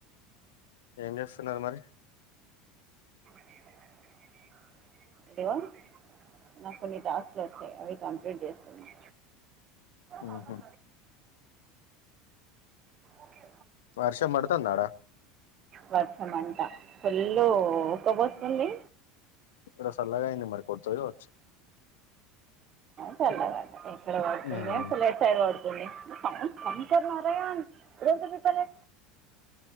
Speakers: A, on the left; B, on the right.
A: ఏం చేస్తున్నారు మరి
B: <inaudible> ఇగో నాకు కొన్ని టాస్క్లు వచ్చాయి అవి కంప్లీట్ చేస్తు మే కూడా
A: ఉహు.
B: పారు ఓకే
A: వర్షం పడతందా అడా
B: వర్షమంట ఫుల్ళు ఒక్కబోస్తుంది
A: ఈడ చల్లగా అయింది మరి కొడుతదో కావచ్చు
B: చల్లగా ఎక్కడ పడుతుంది
A: ఉమ్,
B: లట్ సైడ్ పడుతుంది కంతున్నారే రేపు రెపరె